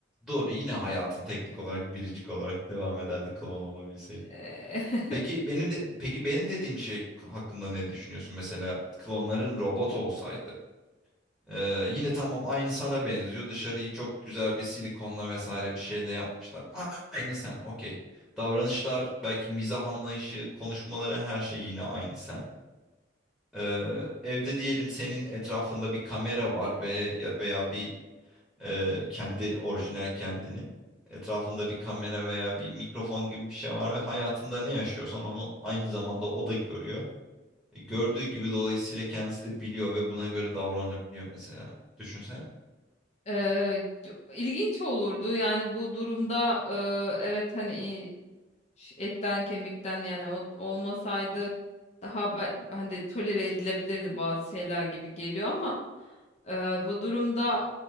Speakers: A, in the centre; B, on the left.
A: doğru yine hayatın teknik olarak biricik olarak devam ederdi klon olabilseydi.
B: Eee,
A: Peki
B: <laughs>
A: benim de peki benim dediğim şey hakkında ne düşünüyorsun? Mesela klonların robot olsaydı. Ee, yine tamam aynı sana benziyor. Dışarıyı çok güzel bir silikonla vesaire bir şeyle yapmışlar. A- Aynı sen okey. Davranışlar belki mizah anlayışı konuşmaları her şey yine aynı sen. Ee, evde diyelim senin etrafında bir kamera var ve ya- veya bir e, kendi orijinal kendinin etrafında bir kamera veya bir mikrofon gibi bir şey var ve hayatında ne yaşıyorsan onu aynı zamanda o da görüyor. E, gördüğü
B: Hı hı.
A: gibi dolayısıyla kendisi de biliyor ve buna göre davranabiliyor mesela. Düşünsene.
B: Eee, co- ilginç olurdu yani bu durumda eee, evet hani Ş- etten kemikten yani o olmasaydı daha be- hani tolere edilebilirdi bazı şeyler gibi geliyor ama e, bu durumda